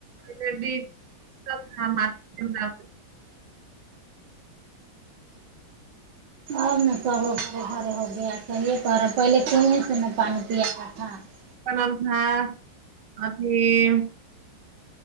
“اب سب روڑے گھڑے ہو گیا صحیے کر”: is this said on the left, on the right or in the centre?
Right